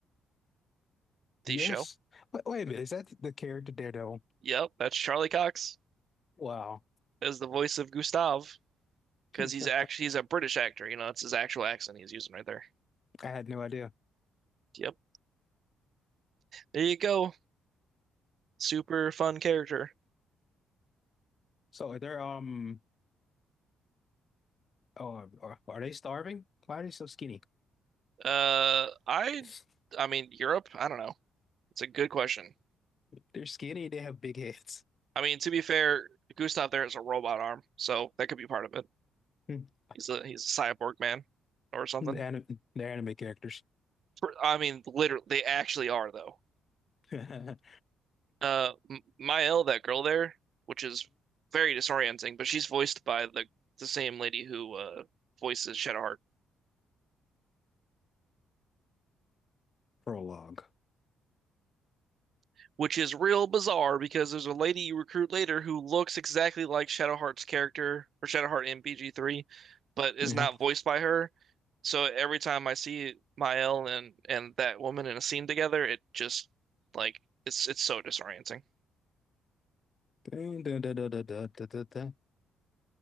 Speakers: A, on the right (about 60°); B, on the left (about 40°).
A: the
B: yes.
A: show?
B: Wait, wait a minute. Is that the character Daredevil?
A: Yep, that's Charlie Cox
B: Wow,
A: as the voice of Gustav because
B: <laughs> Hmm.
A: he's actually he's a British actor. You know, it's his actual accent he's using right there.
B: I had no idea.
A: Yep. There you go. Super fun character.
B: So they're um oh are, are they starving? Why are they so skinny?
A: Uh, I,
B: <laughs>
A: I mean, Europe. I don't know. It's a good question.
B: They're skinny. They have big heads.
A: I mean, to be fair, Gustav there has a robot arm, so that could be part of it.
B: <laughs>
A: He's a he's a cyborg man or something.
B: Hmm. The anime, they're anime characters.
A: For- I mean, literally, they actually are though.
B: <laughs> Mhm.
A: Uh, M- Mael, that girl there, which is very disorienting, but she's voiced by the the same lady who uh voices Shadowheart.
B: Prolog
A: which is real bizarre because there's a lady you recruit later who looks exactly like Shadowheart's character or Shadowheart in BG3, but is
B: Mhm.
A: not voiced by her. So every time I see Mael and and that woman in a scene together, it just like it's it's so disorienting.
B: Dun, dun, dun, dun, dun, dun, dun, dun. dun.